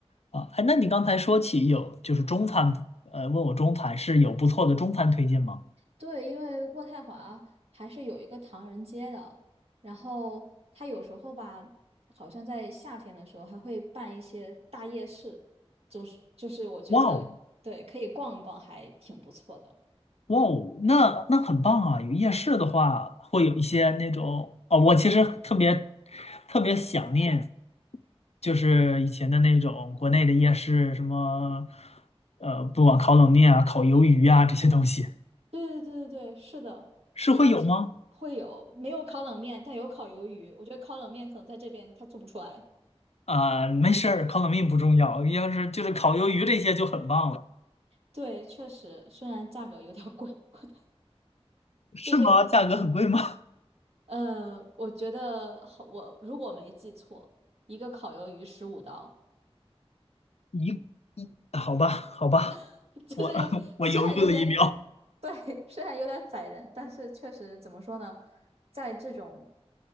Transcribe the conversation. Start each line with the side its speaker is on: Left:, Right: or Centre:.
Left: 啊。哎，那你刚才说起有就是中餐，呃，问我中餐是有不错的中餐推荐吗？
Right: 对，因为渥太华还是有一个唐人街的，然后他有时候吧，好像在夏天的时候还会办一些大夜市，总是就是我觉得对，
Left: 哇哦，
Right: 可以逛一逛，还挺不错的。
Left: 哇哦，那那很棒啊！有夜市的话，会有一些那种哦，我其实特别特别想念。就是以前的那种国内的夜市，什么呃，不管烤冷面啊、烤鱿鱼啊这些东西，
Right: 对对对对对，是的，
Left: 是会有吗？
Right: 它这会有没有烤冷面，但有烤鱿鱼。我觉得烤冷面可能在这边它做不出来。
Left: 啊、没事儿，烤冷面不重要，要是就是烤鱿鱼这些就很棒了。
Right: 对，确实，虽然价格有点儿贵，<laughs> 我的
Left: 是吗？
Right: 就是感，
Left: 价格很贵吗？
Right: 呃，我觉得好，我如果没记错，一个烤鱿鱼十五刀，
Left: 一一，好吧，好吧，
Right: <laughs> 就是有虽然有点
Left: 我 <laughs> 我犹豫了一秒。
Right: 对，虽然有点宰人，但是确实怎么说呢，在这种